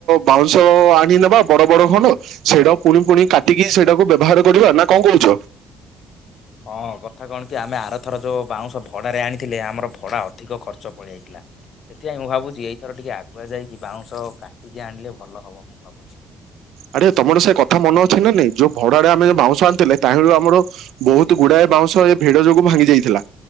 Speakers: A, on the right; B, on the left.
A: ବାଉଁଶ ଆଣି ନେବା ବଡ ବଡ ଖଣ୍ଡ ସେଇଟା ପୁଣି ପୁଣି କାଟିକି ସେଇଟାକୁ ବ୍ୟବହାର କରିବା ନା କଣ କହୁଛ।
B: ହଁ କଥା କଣ କି ଆମେ ଆରଥର ଯୋଉ ବାଉଁଶ ଭଡାରେ ଆଣିଥିଲେ ଆମର ଭଡା ଅଧିକ ଖର୍ଚ୍ଚ ପଳେଇ ଯାଇଥିଲା ସେଥିପାଇଁ ମୁଁ ଭାବୁଛି ଏଇଥର ଟିକେ ଆଗୁଆ ଯାଇକି ବାଉଁଶ କାଟିକି ଆଣିଲେ ଭଲ ହବ ମୁଁ ଭାବୁଛି।
A: ଆରେ ତମର ସେ କଥା ମନ ଅଛି ନା ନାଇଁ ଯୋଉ ଭଡାରେ ଆମେଉ ବାଉଁଶ ଆଣିଥିଲେ ତାହ୍ନିରୁ ଆମର ବହୁତ ଗୁଡାଏ ବାଉଁଶ ଏ ଭେଡ ଯୋଗୁ ଭାଙ୍ଗି ଯାଇଥିଲା